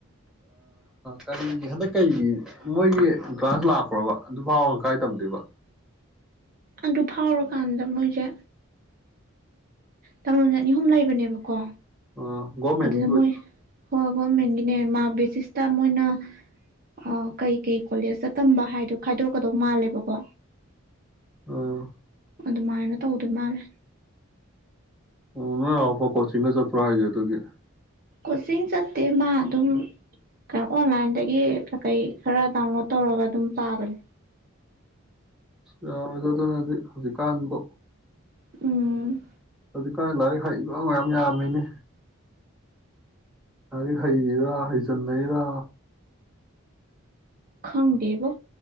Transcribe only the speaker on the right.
ꯑꯗꯨ ꯐꯥꯎꯔꯀꯥꯟꯗ ꯃꯣꯏꯁꯦ ꯇꯣꯗ ꯑꯅꯤ ꯑꯍꯨꯝ ꯂꯩꯕꯅꯦꯕꯀꯣ
ꯑꯗꯨꯗ
ꯃꯣꯏ ꯍꯣꯏ ꯒꯣꯔꯃꯦꯟꯒꯤꯅꯦ ꯃꯥ ꯁꯇ ꯃ ꯑꯣꯏꯅ ꯑ ꯀꯩ ꯀꯩ ꯀꯣꯂꯦꯖꯇ ꯇꯝꯕ ꯍꯥꯏꯗꯣ ꯈꯥꯏꯗꯣꯔꯛꯀꯗꯧ ꯃꯥꯜꯂꯦꯕꯀꯣ
ꯑꯗꯨꯃꯥꯏꯅ ꯇꯧꯗꯣꯏ ꯃꯥꯜꯂꯦ
ꯀꯣꯆꯤꯡ ꯆꯠꯇꯦ ꯃꯥꯥꯟ ꯑꯗꯨꯝ ꯀꯩꯅꯣ ꯑꯣꯟꯂꯥꯏꯟꯗꯒꯤ ꯀꯀꯩ ꯈꯔ ꯗꯥꯎꯟꯂꯣꯗ ꯇꯧꯔꯒ ꯑꯗꯨꯝ ꯄꯥꯕꯅꯦ
ꯎꯝ
ꯈꯪꯗꯦꯕꯣ